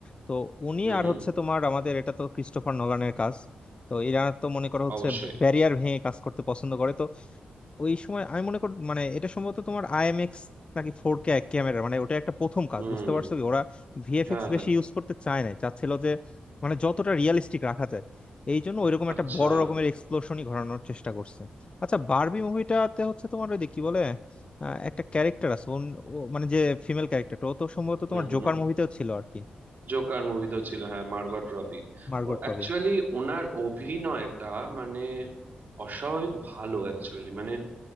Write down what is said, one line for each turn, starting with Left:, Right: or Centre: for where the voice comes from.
Left: তো উনি
Right: হুম
Left: আর হচ্ছে তোমার আমাদের এটা তো ক্রিস্টোফার নোলানের কাজ তো এরা তো মনে করো হচ্ছে
Right: অবশ্যই
Left: ব্যারিয়ার ভেঙে কাজ করতে পছন্দ করে ওই সময় আমি মনে করি মানে এটা সম্ভবত তোমার আইএমএক্স নাকি ফোর কে ক্যামেরা মানে ওটা একটা প্রথম কাজ
Right: হুম
Left: বুঝতে পারছো কি ওরা ভিএফএক্স
Right: হ্যাঁ
Left: বেশি
Right: হ্যাঁ
Left: ইউজ করতে চায় না চাচ্ছিল যে মানে যতটা রিয়েলিস্টিক রাখা যায় এই জন্য ওইরকম একটা
Right: আচ্ছা
Left: বড় রকমের এক্সপ্লোশনই ঘটানোর চেষ্টা করছে আচ্ছা বারবি মুভিটাতে হচ্ছে তোমার ওই যে কি বলে আহ, একটা ক্যারেক্টার আছে ওন- ও মানে যে ফিমেল ক্যারেক্টারটা ও তো সম্ভবত
Right: হুম
Left: তোমার
Right: হুম
Left: জোকার মুভিতেও ছিল আর কি
Right: জোকার মুভিতেও ছিল হ্যাঁ মার্গট রবি
Left: Margot
Right: ও অ্যাকচুয়ালি
Left: Robbie
Right: ওনার অভিনয়টা মানে অস্বাভাবিক ভালো অ্যাকচুয়ালি মানে